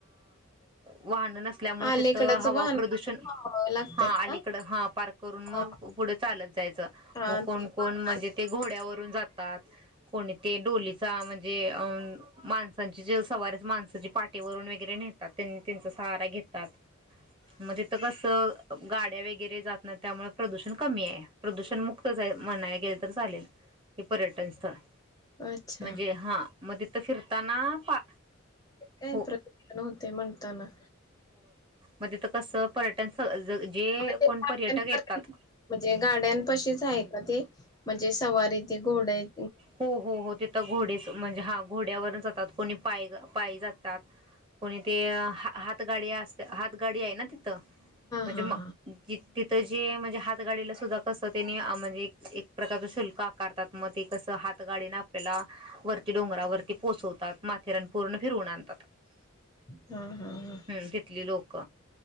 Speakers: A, on the right; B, on the left.
A: वाहनं नसल्यामुळे
B: अलीकडच
A: तिथं हवा
B: वाहन
A: प्रदूषण.
B: थांबावे लागतात
A: हा अलीकड
B: का?
A: हा पार्क करून मग
B: हा
A: पुढे चालत जायचं
B: हा
A: मग
B: ते
A: कोण
B: वाहनात
A: कोण म्हणजे ते घोड्यावर जातात ते कोणी डोलीच म्हणजे माणसांची जलसवारीत, त्या पाटेवरून वगैरे नेतात त्यांनी त्यांचा सहारा घेतात मग तिथ कसं गाड्या वगैरे जात नाही त्यामुळे प्रदूषण कमी आहे प्रदूषण मुक्त म्हणायला गेले तर चालेल. ते पर्यटन स्थळ
B: अच्छा.
A: म्हणजे हा म तिथं फिरताना पा
B: का
A: हो
B: प्रदूषण होते म्हणताना.
A: म तिथं कसं प जे
B: मग ते गाड्यांपर्यंत
A: कोण पर्यटक येतात.
B: म्हणजे गाड्यांपाशीच आहे का ते? म्हणजे सवारी तेे घोड आहेत
A: हो हो हो ते तर घोडेच म्हणजे हा घोड्यावरच जतात कोणी. पाय पाय जातात कोणी ते हात गाडी असते हात गाडी आहे ना तिथं म्हणजे
B: हा
A: मग
B: हा.
A: ज तिथं जे म्हणजे हात गाडीला सुद्धा कसं तेनी म्हणजे एक प्रकारचं शुल्क आकारतात मग ते हात गाडीने आपल्याला वरती डोंगरावररती पोचवतात. माथेरान पूर्ण फिरवून आणतात.
B: हा. हा हा.
A: हम्म तिथली लोक,